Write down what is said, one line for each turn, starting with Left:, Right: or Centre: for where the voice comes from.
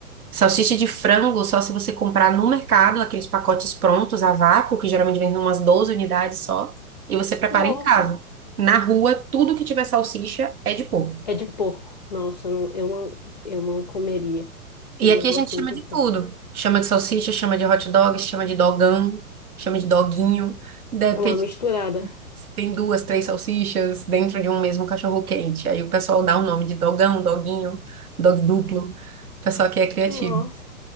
Right: Salsicha de frango, só se você comprar no mercado, aqueles pacotes prontos a vácuo, que geralmente vem umas 12 unidades só, e você prepara
Left: nossa,
Right: em casa. Na rua, tudo que tiver salsicha é de porco.
Left: é de porco. Nossa, eu não, eu não, eu não comeria, porque
Right: E
Left: eu não
Right: aqui
Left: gosto
Right: a gente chama
Left: muito de
Right: de
Left: porco.
Right: tudo. Chama de salsicha, chama de hot dog, chama de dogão, chama de doguinho. Depende
Left: É uma misturada.
Right: se tem duas, três salsichas dentro de um mesmo cachorro quente. Aí o pessoal dá o nome de dogão, doguinho, dog duplo. O pessoal aqui é criativo.
Left: Nossa,